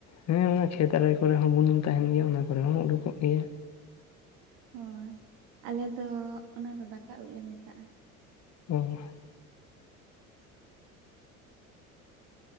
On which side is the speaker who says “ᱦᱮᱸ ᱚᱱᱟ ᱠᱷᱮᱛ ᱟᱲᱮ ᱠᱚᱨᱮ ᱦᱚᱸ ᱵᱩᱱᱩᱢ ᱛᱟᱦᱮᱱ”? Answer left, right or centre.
Left